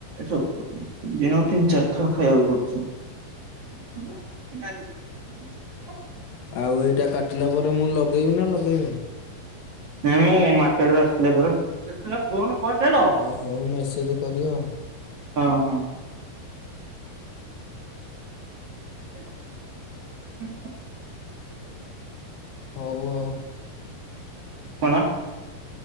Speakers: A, on the right (about 50°); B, on the left (about 75°).
A: ସ ଦିନକୁ ତିନ ଚାରି ଥର ଖାଇବାକୁ ପଡୁଛି। ହ <unintelligible>
B: ଆଉ ଏଇଟା କାଟିଲା ପରେ ମୁଁ ଲଗେଇବି ନା ଲଗେଇବିନି?
A: ନାଇ ମୁଁ ମାର୍କେଟୁ ଆସିଲା ପରେ। ଯେତେଳେ ଫୋନ କରିଥିଲ।
B: ଅ ହଉ ମେସେଜ କରିବ ଆଉ
A: ହଁ ହଁ <unintelligible> ହ <unintelligible>
B: ହଉ ଆଉ।
A: କଣ?